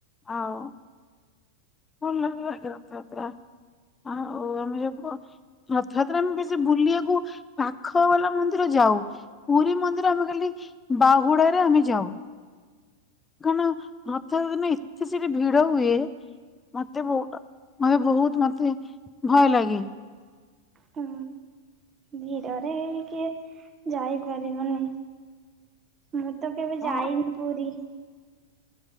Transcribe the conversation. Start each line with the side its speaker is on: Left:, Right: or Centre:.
Left: ଆଉ ଭଲାଲାଗେ ବାକି ରଥଯାତ୍ରା ଆଉ ଅଁ ଆମେ ଯିବୁ ରଥଯାତ୍ରା ଆମେ ବେଶୀ ସେ ବୁଲିବାକୁ ପାଖବାଲା ମନ୍ଦିର ଯାଉ। ପୁରୀ ମନ୍ଦିର ଆମେ ଖାଲି ବାହୁଡାରେ ଆମେ ଯାଉ। କଣ ରଥଯାତ୍ରା ଦିନ ଏତେ ସେଠି ଭିଡ ହୁଏ। ମତେ ବୋହୁତ ମତେ ବୋହୁତ ମତେ ଭୟଲାଗେ।
Right: କୁଁ ଭିଡ଼ରେ କିଏ ଯାଇପାରିବନି। ମୁଁ ତ କେବେ
Left: ହଁ
Right: ଯାଇନି ପୁରୀ।